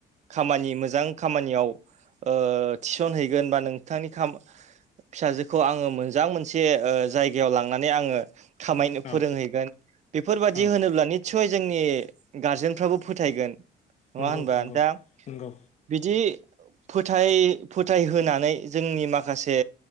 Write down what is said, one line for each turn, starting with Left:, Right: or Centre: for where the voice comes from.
Right: खामानि मोजां खामानियाव ओ थिसन हैैगोन बा नोंथांनि खामा फिसाजोखौ आङो मोजां मोनसे जायगायाव लांनानै आङो खामायनो
Left: औ
Right: फोरोंहैगोन बेफोर बायदि
Left: औ
Right: होनोब्ला निसय जोंनि गार्जेनफ्राबो फोथायगोन नङा
Left: नंगौ
Right: होनबा
Left: नंगौ
Right: दा
Left: नंगौ
Right: बिदि फोथाय फोथायनानै जोंनि माखासे